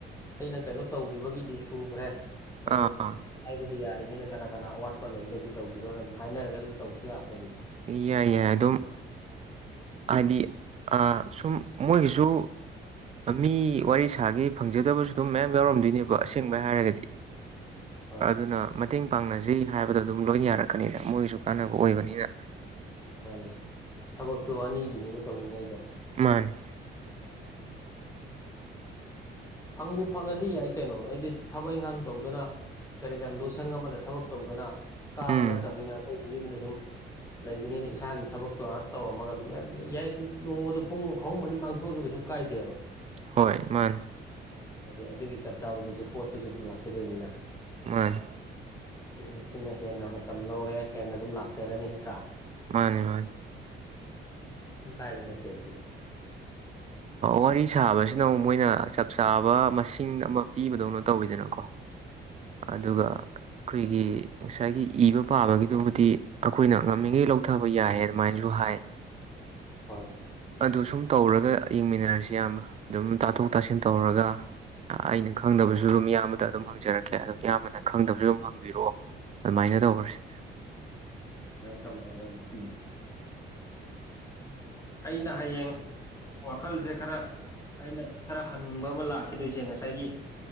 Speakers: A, on the left; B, on the right.
A: ꯑꯩꯅ ꯀꯩꯅꯣ ꯇꯧꯈꯤꯕꯒꯤꯗꯤ ꯁꯨꯈ꯭ꯔꯦ ꯑꯗꯣ
B: ꯑꯥ
A: ꯍꯥꯏꯕꯗꯤ ꯌꯥꯔꯤꯝꯅꯤꯅ ꯀꯅꯥ ꯀꯅꯥ ꯑꯋꯥꯠꯄ ꯂꯩꯔꯒꯗꯤ ꯇꯧꯕꯤꯔꯣꯅ ꯑꯗꯨꯝ ꯍꯥꯏꯅꯔꯒ ꯑꯗꯨꯝ ꯇꯧꯁꯨ ꯌꯥꯄꯣꯠꯅꯤꯗ
B: ꯌꯥꯏ ꯌꯥꯏ ꯑꯗꯨꯝ ꯍꯥꯏꯗꯤ ꯑꯥ ꯁꯨꯝ ꯃꯣꯏꯒꯤꯁꯨ ꯃꯤ ꯋꯥꯔꯤ ꯁꯥꯒꯦ ꯐꯪꯖꯗꯕꯁꯨ ꯑꯗꯨꯝ ꯃꯌꯥꯝ ꯌꯥꯎꯔꯝꯗꯣꯏꯅꯦꯕ ꯑꯁꯦꯡꯕꯩ ꯍꯥꯏꯔꯒꯗꯤ
A: ꯑꯥ
B: ꯑꯗꯨꯅ ꯃꯇꯦꯡ ꯄꯥꯡꯅꯁꯤ ꯁꯤ ꯍꯥꯏꯕꯗ ꯑꯗꯨꯝ ꯂꯣꯏꯅ ꯌꯥꯔꯛꯀꯅꯤꯗ ꯃꯣꯏꯒꯤꯁꯨ ꯀꯥꯟꯅꯕ ꯑꯣꯏꯕꯅꯤꯅ
A: ꯃꯥꯅꯤ ꯊꯕꯛꯇꯣ ꯑꯅꯤꯒꯤꯅꯤꯕ ꯇꯧꯃꯤꯟꯅꯩꯗꯣ
B: ꯃꯥꯅꯦ
A: ꯐꯪꯕꯨ ꯐꯪꯉꯗꯤ ꯌꯥꯏ ꯀꯩꯅꯣ ꯍꯥꯏꯗꯤ ꯊꯕꯛ ꯏꯪꯈꯥꯡ ꯇꯧꯗꯅ ꯀꯔꯤ ꯀꯔ ꯂꯣꯏꯁꯪ ꯑꯃꯗ ꯊꯕꯛ ꯇꯧꯗꯅ ꯀꯥꯕ
B: ꯎꯝ
A: ꯅꯠꯇꯕꯅꯤꯅ ꯑꯈꯣꯏꯗꯤ ꯌꯨꯝꯗ ꯁꯨꯝ ꯂꯩꯕꯅꯤꯅ ꯏꯁꯥꯒꯤ ꯊꯕꯛꯇꯣ ꯍꯛ ꯇꯧꯔꯝꯃꯒ ꯑꯗꯨꯝ ꯌꯥꯏꯁꯦ ꯅꯣꯡꯃꯗ ꯄꯨꯡ ꯑꯍꯨꯝ ꯃꯔꯤ ꯃꯥꯡꯊꯣꯛꯑꯁꯨ ꯀꯩꯁꯨ ꯀꯥꯏꯗꯦꯕ
B: ꯍꯣꯏ ꯃꯥꯅꯦ
A: ꯑꯗꯣ ꯑꯗꯨꯒꯤ ꯆꯞ ꯆꯥꯕꯗꯨꯁꯨ ꯄꯣꯠꯇꯨꯁꯨ ꯑꯗꯨꯝ ꯂꯥꯛꯆꯗꯣꯏꯅꯤꯅ
B: ꯃꯥꯅꯤ
A: ꯎꯝ ꯑꯩꯅ ꯍꯦꯟꯅ ꯃꯇꯝ ꯂꯧꯔꯦ ꯍꯦꯟꯅ ꯑꯗꯨꯝ ꯂꯥꯛꯆꯔꯅꯤ ꯅꯠꯇ꯭ꯔꯥ
B: ꯃꯥꯅꯤ ꯃꯥꯅꯤ
A: ꯀꯥꯏꯕ ꯅꯠꯇꯦꯕ ꯁꯤꯗꯤ
B: ꯋꯥꯔꯤ ꯁꯥꯕꯁꯤꯅ ꯑꯃꯨꯛ ꯃꯣꯏꯅ ꯆꯞ ꯆꯥꯕ ꯃꯁꯤꯡ ꯑꯃ ꯄꯤꯕꯗꯧꯅ ꯇꯧꯋꯤꯗꯅꯀꯣ ꯑꯗꯨꯒ ꯑꯩꯈꯣꯏꯒꯤ ꯉꯁꯥꯏꯒꯤ ꯏꯕ ꯄꯥꯕꯒꯤꯗꯨꯕꯨꯗꯤ ꯑꯈꯣꯏꯅ ꯉꯝꯃꯤꯉꯩ ꯂꯧꯊꯕ ꯌꯥꯏꯑꯦ ꯑꯗꯨꯃꯥꯏꯅꯁꯨ ꯍꯥꯏ
A: ꯍꯣꯏ
B: ꯑꯗꯨ ꯁꯨꯝ ꯇꯧꯔꯒ ꯌꯦꯡꯃꯤꯟꯅꯔꯁꯤ ꯏꯌꯥꯝꯕ ꯑꯗꯨꯝ ꯇꯥꯊꯣꯛ ꯇꯥꯁꯤꯟ ꯇꯧꯔꯒ ꯑꯩꯅ ꯈꯪꯗꯕꯁꯨ ꯑꯗꯨꯝ ꯏꯌꯥꯝꯕꯗ ꯑꯗꯨꯝ ꯍꯪꯖꯔꯛꯀꯦ ꯑꯗꯨꯝ ꯏꯌꯥꯝꯕꯅ ꯈꯪꯗꯕꯁꯨ ꯑꯗꯨꯝ ꯍꯪꯕꯤꯔꯛꯑꯣ ꯑꯗꯨꯃꯥꯏꯅ ꯇꯧꯔꯁꯦ
A: ꯁꯨꯃꯥꯏꯅ ꯇꯧꯅꯒꯗꯧꯅꯤ ꯑꯩꯅ ꯍꯌꯦꯡ ꯋꯥꯈꯜꯁꯦ ꯈꯔ ꯑꯩꯅ ꯈꯔ ꯍꯪꯕ ꯑꯃ ꯂꯥꯛꯈꯤꯗꯣꯏꯁꯦ ꯉꯁꯥꯏꯒꯤ